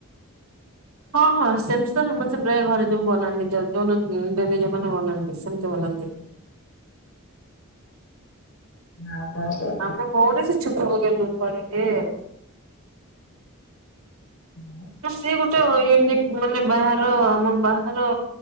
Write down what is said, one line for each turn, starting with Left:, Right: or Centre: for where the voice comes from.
Right: ହଁ ହଁ ସେମିତି ତ ସମସ୍ତେ। ପ୍ରାୟ ଘରେ ଯୋଉ ବନାନ୍ତି ଯ ଯୋଉଦିନ ଡେଲି ଯୋଉମାନେ ବନାନ୍ତି ସେମିତି ବନାନ୍ତି।
Left: ଆଉ କଣ କୁହ?
Right: ଆମ୍ବ ହେଉନି ସେ ଛିପ ପକେଇଲେ ବି କହିବେ।
Left: ହୁଁ।
Right: ସିଏ ଗୋଟେ ୟୁନିକ୍ ମାନେ ବାହାର ଆମ ବାହାର